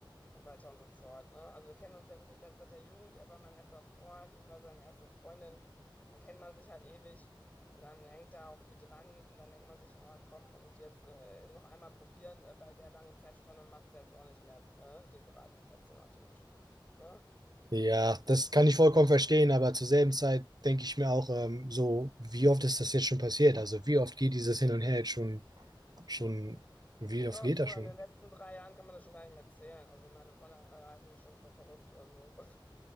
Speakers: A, on the left (about 20°); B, on the right (about 55°).
A: so weiter und so fort, ne? Also wir kennen uns ja wirklich seit, seit der Jugend, er war mein erster Freund, ich war seine erste Freundin, dann kennt man sich halt ewig und dann hängt da auch viel dran und dann denkt man sich, ah komm, und jetzt äh, noch einmal probieren, äh, bei der langen Zeitspanne macht es jetzt auch nicht mehr, äh, den Braten fett, so nach dem Motto. Ne?
B: Ja, das kann ich vollkommen verstehen, aber zur selben Zeit denke ich mir auch, ähm, so, wie oft ist das jetzt schon passiert? Also wie oft geht dieses Hin und Her jetzt schon, schon, wie
A: Ja,
B: oft geht
A: ist schon,
B: das schon?
A: in den letzten drei Jahren kann man das schon gar nicht mehr zählen. Also meine Freunde, äh, halten mich schon für verrückt. Also.